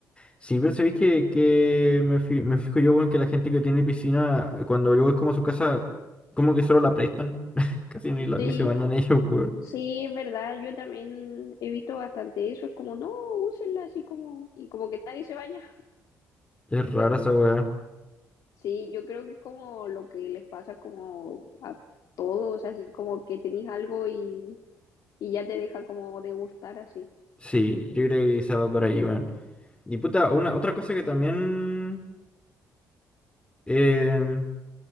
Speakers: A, on the left; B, on the left.
A: Sí, pero ¿sabéis que, que me, fi- me fijo yo, weón, que la gente que tiene piscina, cuando yo voy como a su casa, como que solo la prestan. <laughs> Casi ni, la-
B: Sí,
A: ni se bañan ellos, weón.
B: sí, es verdad, yo también he visto bastante eso, es como, no, úsenla así como, y como que nadie se baña.
A: Es rara esa weá.
B: Sí, yo creo que es como lo que les pasa como a todos, así como que tenéis algo y, y ya te deja como de gustar así.
A: Sí, yo creo que quizá va por ahí, weón. Y puta, una, otra cosa que también, em,